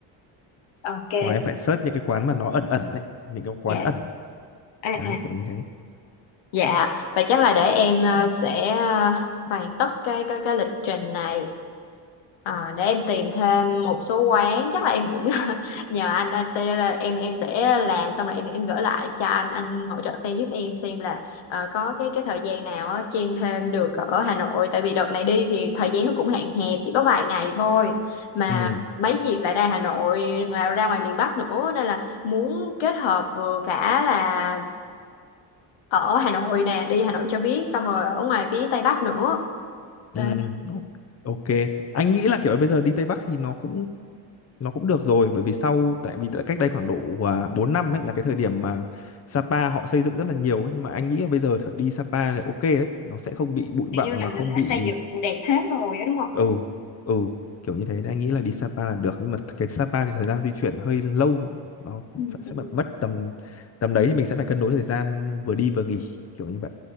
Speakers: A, on the left; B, on the left.
A: ok
B: hoặc là em phải search những cái quán mà nó ẩn ẩn ấy những cái quán
A: dạ
B: ẩn
A: à
B: đấy
A: à
B: kiểu như thế
A: Dạ, vậy chắc là để em ờ, sẽ ờ, hoàn tất cái cái cái lịch trình này à, để em tìm thêm một số quán chắc là em cũng <laughs> nhờ anh, anh sẽ là- em em sẽ làm xong rồi em em gửi lại cho anh anh hỗ trợ xem giúp em xem là ờ, có cái cái thời gian nào á, chen thêm được ở Hà Nội tại vì đợt này đi thì thời gian nó cũng hạn hẹp chỉ có vài ngày thôi mà
B: ừ
A: mấy dịp lại ra Hà Nội ngoài- ra ngoài miền Bắc nữa nên là muốn kết hợp vừa cả là ở Hà Nội nè đi Hà Nội cho biết xong rồi ở ngoài phía Tây Bắc nữa
B: Ừ,
A: Đấy.
B: o- ok. Anh nghĩ là kiểu bây giờ đi Tây Bắc thì nó cũng nó cũng được rồi bởi vì sau tại vì tại cách đây khoảng độ à, 4 năm ấy là cái thời điểm mà Sapa họ xây dựng rất là nhiều ấy nhưng mà anh nghĩ là bây giờ thật đi Sapa là ok đấy, nó sẽ không bị bụi
A: kiểu
B: bặm
A: như là
B: mà
A: người
B: không
A: ta đã
B: bị
A: xây dựng đẹp hết rồi đó đúng không
B: ừ ừ kiểu như thế nên anh nghĩ là đi Sapa là được nhưng mà cái Sapa thì thời gian di chuyển hơi lâu nó
A: Ừ.
B: phải- sẽ
A: Ừ.
B: mất mất tầm tầm đấy thì mình sẽ phải cân đối thời gian vừa đi vừa nghỉ kiểu như vậy.